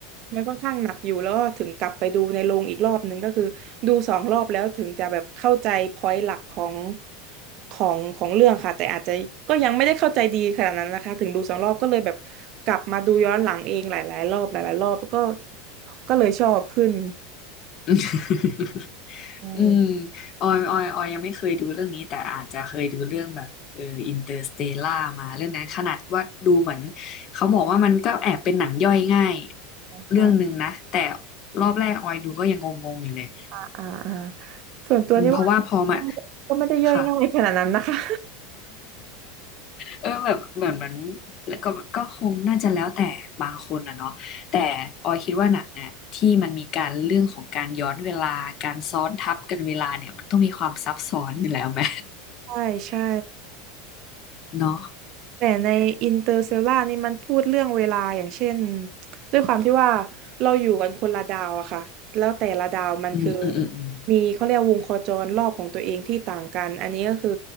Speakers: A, on the right; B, on the left.
A: มันค่อนข้างหนักอยู่แล้วถึงกลับไปดูในโรงอีกรอบหนึงก็คือดูสองรอบแล้วถึงจะแบบเข้าใจพอยต์หลักของของของเรื่องค่ะแต่อาจจะก็ยังไม่ได้เข้าใจดีขนาดนั้นนะคะถึงดูสองรอบก็เลยแบบกลับมาดูย้อนหลังเองหลายๆรอบหลายๆรอบก็ก็เลยชอบขึ้น
B: <laughs>
A: อืม
B: อืมออยออยออยยังไม่เคยดูเรื่องนี้แต่อาจจะเคยดูเรื่องแบบเอออินเตอร์สเตล่ามาเรื่องนั้นขนาดว่าดูเหมือนเขาบอกว่ามันก็แอบเป็นหนังย่อยง่ายเรื่องหนึ่งนะแต่
A: ค่ะ
B: รอบแรกออยดูก็ยังงงๆอยู่เลย
A: อ่าอ่าอ่าส่วนตัวนี่ว่า
B: อืมเพราะว่าพอมา
A: ก็ไม่ได้ย่อยง่ายขนาดนั้นนะคะ
B: ค่ะ เออแบบเหมือนมันแล้วก็ก็คงน่าจะแล้วแต่บางคนอ่ะเนาะแต่ออยคิดว่าหนังอ่ะที่มันมีการเรื่องของการย้อนเวลาการซ้อนทับกันเวลาเนี่ยมันต้องมีความซับซ้อนอยู่แล้วไหม
A: ใช่ใช่
B: <laughs> เนาะ
A: แต่ในอินเตอร์เซลล่านี่มันพูดเรื่องเวลาอย่างเช่นด้วยความที่ว่าเราอยู่กันคนละดาวอะค่ะแล้วแต่ละดาวมันคือ
B: อืมอืมอืมอืม
A: มีเขาเรียกวงโคจรรอบของตัวเองที่ต่างกันอันนี้ก็คือ